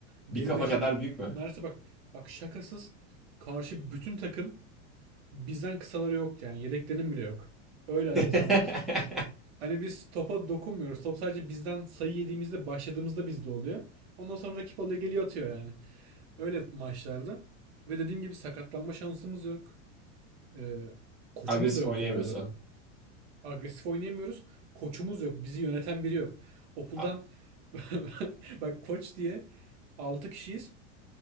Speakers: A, on the right; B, in the centre.
A: Deli
B: Bir kafa
A: deşe
B: kadar büyük mü?
A: neredeyse bak bak şakasız karşı bütün takım bizden kısaları yok yani yedeklerinin bile yok. Öyle
B: <laughs>
A: insanlar. Hani biz topa dokunmuyoruz. Top sadece bizden sayı yediğimizde başladığımızda bizde oluyor. Ondan sonra rakip alıyor geliyor atıyor yani. Öyle maçlarda. Ve dediğim gibi sakatlanma şansımız yok. Ee, koçumuz
B: Agresif
A: da yoktu
B: oynayamıyorsun.
A: bu arada bizim. Agresif oynayamıyoruz. Koçumuz yok. Bizi yöneten biri yok. Okuldan
B: A-
A: <laughs> bak koç diye 6 kişiyiz